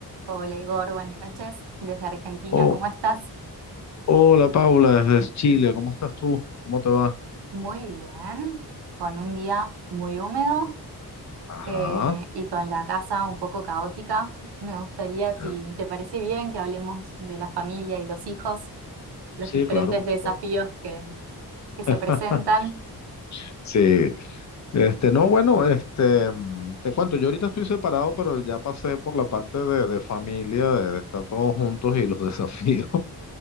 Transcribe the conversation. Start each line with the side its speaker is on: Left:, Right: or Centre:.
Right: Hola Igor, buenas noches desde Argentina.
Left: Oh,
Right: ¿Cómo estás?
Left: hola Paula, desde Chile, ¿cómo estás tú? ¿Cómo te va?
Right: Muy bien, con un día muy húmedo
Left: Ajá,
Right: eh, y con la casa un poco caótica. Me gustaría, si
Left: ya.
Right: te parece bien, que hablemos de la familia y los hijos, los
Left: Sí,
Right: diferentes
Left: claro, por
Right: desafíos
Left: supuesto.
Right: que, que se
Left: <laughs>
Right: presentan.
Left: Sí, este, no, bueno, este, mm, te cuento, yo ahorita estoy separado, pero ya pasé por la parte de, de familia, de, de estar todos juntos y los <laughs> desafíos.